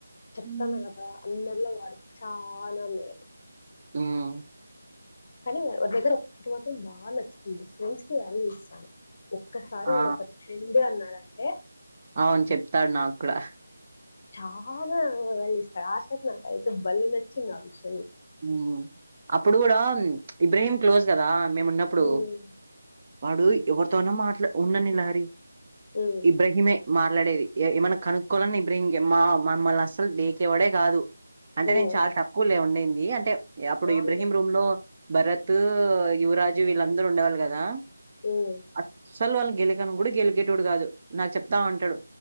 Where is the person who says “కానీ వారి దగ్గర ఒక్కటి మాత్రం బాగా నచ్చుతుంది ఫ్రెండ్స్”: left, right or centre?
Left